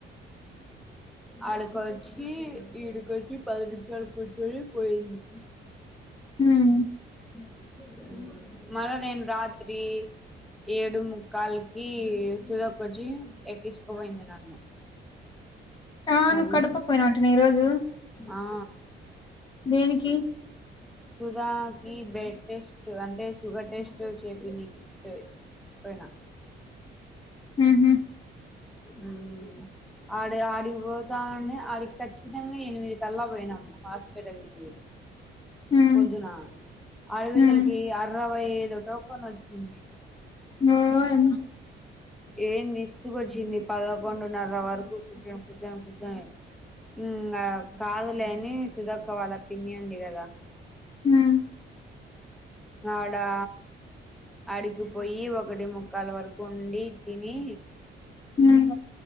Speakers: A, in the centre; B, on the left.
A: ఆడీకొచ్చి ఈడుకొచ్చి పది నిమిషాలు కూర్చొని పొఇంది
B: హ్మ్
A: మ్ మళ్ళ నేను రాత్రి ఏడు ముక్కాలకి సుధక్కొచ్చి ఎక్కించుకుపోయింది నన్ను
B: అవును
A: మళ్ళీ
B: నువ్వు కడపకుపోయినావంటానే ఈరోోజు
A: ఆ
B: దేనికి
A: సుధా కి బ్లడ్ టెస్ట్ అంటే షుగర్ టెస్ట్ చెపినికి పోయినా
B: మ్ హు
A: మ్ ఆడు ఆడిపోతావునే ఆడి ఖచ్చితంగా ఎనిమిదల్లా పోయినాం హాస్పిటల్కి
B: హ్మ్
A: పద్దున హాస్పిటల్
B: హ్మ్
A: కి అరవై ఏదోటో కోనోచ్చింది
B: ఆ ఏమో
A: ఎం విసుకోచింది పదకొంన్నరవరకు కూర్చొని కూర్చొని కూర్చొని ఇంగ కాదులే అని సుదక్కవాళ్ళ పిన్ని ఉంది కదా
B: హ్మ్
A: ఉడా అడికిపోయి కి ఒకటెమోక్కాాల వరకు ఉండి తిని
B: మ్